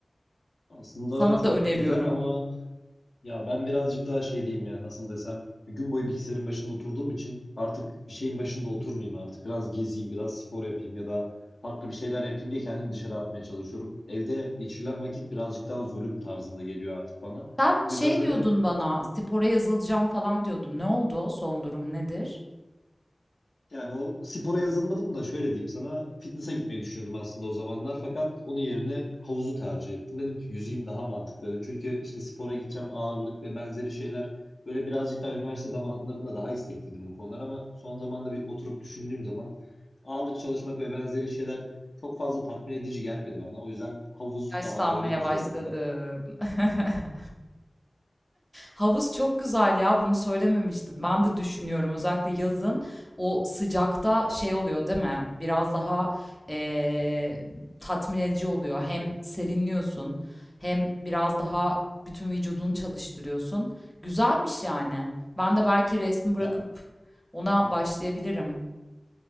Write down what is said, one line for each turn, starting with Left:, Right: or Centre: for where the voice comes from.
Left: Aslında
Centre: Sana
Left: çok
Centre: da öneriyorum.
Left: güzel ama Ya ben birazcık daha şey diyeyim ya nasıl desem gün boyu bilgisayarın başında oturduğum için artık bir şeyin başında oturmayayım artık biraz gezeyim biraz spor yapayım ya da farklı bir şeyler yapayım diye kendimi dışarı atmaya çalışıyorum. Evde geçirilen vakit birazcık daha zulüm tarzında geliyor artık bana.
Centre: Sen
Left: O
Centre: şey
Left: yüzden böyle
Centre: diyordun bana, spora yazılacağım falan diyordun. Ne oldu? Son durum nedir?
Left: Yani o spora yazılmadım da şöyle diyeyim sana fitness'a gitmeyi düşünüyordum aslında o zamanlar fakat onun yerine havuzu tercih ettim. Dedim ki yüzeyim daha mantıklı dedim. Çünkü işte spora gideceğim ağırlık ve benzeri şeyler böyle birazcık daha üniversite zamanlarında daha istekliydim bu konular ama son zamanda bir oturup düşündüğüm zaman ağırlık çalışmak ve benzeri şeyler çok fazla tatmin edici gelmedi bana. O yüzden havuz
Centre: Yaşlanmaya
Left: daha böyle güzel
Centre: başladım.
Left: oldu zaten.
Centre: <laughs> Havuz çok güzel ya bunu söylememiştin. Ben de düşünüyorum özellikle yazın o sıcakta şey oluyor değil mi? Biraz daha eee, tatmin edici oluyor. Hem serinliyorsun hem biraz daha bütün vücudunu çalıştırıyorsun. Güzelmiş yani. Ben de belki resmi
Left: <laughs>
Centre: bırakıp
Left: Ya
Centre: ona başlayabilirim.